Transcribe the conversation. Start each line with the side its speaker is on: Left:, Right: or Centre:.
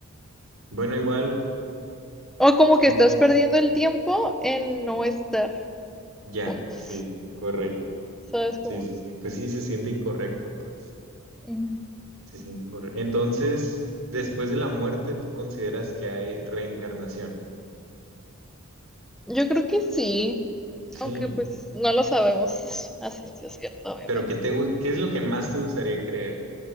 Right: Bueno, igual,
Centre: O como que
Right: mm,
Centre: estás perdiendo el tiempo en no estar
Right: ya,
Centre: juntos.
Right: sí, correcto.
Centre: ¿Sabes cómo?
Right: Sí, sí, sí. Pues sí, se siente incorrecto, pues.
Centre: Ujú.
Right: Se siente incorrecto. Entonces, después de la muerte, tú consideras que hay reencarnación.
Centre: Yo creo que sí,
Right: Sí.
Centre: aunque pues no lo sabemos a ciencia cierta, obviamente.
Right: Pero ¿qué te, gu- qué es lo que más te gustaría creer?